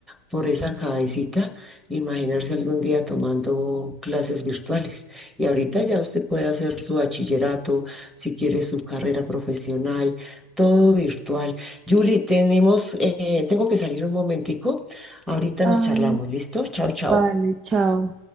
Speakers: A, in the centre; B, on the right.
A: por esa cabecita imaginarse algún día tomando clases virtuales. Y ahorita ya usted puede hacer su bachillerato, si quiere su carrera profesional, todo virtual. Julie, tenemos, eh, tengo que salir un momentico. Ahorita
B: Ah,
A: nos charlamos, ¿listo? Chao, chao.
B: vale, chao.